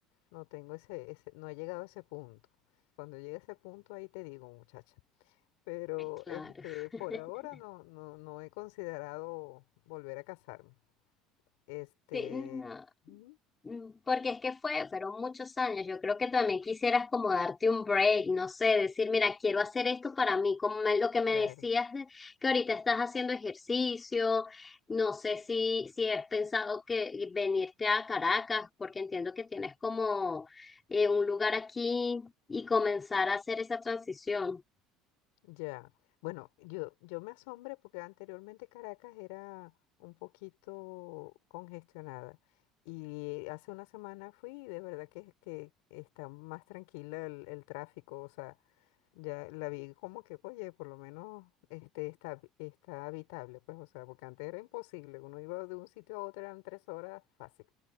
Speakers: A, on the left; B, on the left.
A: no tengo ese, ese, no he llegado a ese punto. Cuando llegue a ese punto ahí te digo, muchacha. Pero
B: Claro.
A: este, por
B: <laughs>
A: ahora no, no, no he considerado volver a casarme. Este,
B: Sí, no.
A: ujú,
B: Mm, Porque es que fue, fueron muchos años. Yo creo que también quisieras como darte un break, no sé, decir, mira, quiero hacer esto para mí, como me- lo que me
A: claro.
B: decías de- que ahorita estás haciendo ejercicio, no sé si, si has pensado que venirte a Caracas, porque entiendo que tienes como eh, un lugar aquí y comenzar a hacer esa transición.
A: Ya, bueno, yo, yo me asombré porque anteriormente Caracas era un poquito congestionada y hace una semana fui y de verdad que, que está más tranquila el, el tráfico, o sea, ya la vi como que, oye, por lo menos este, está, está habitable, pues, o sea, porque antes era imposible, uno iba de un sitio a otro, eran tres horas fácil,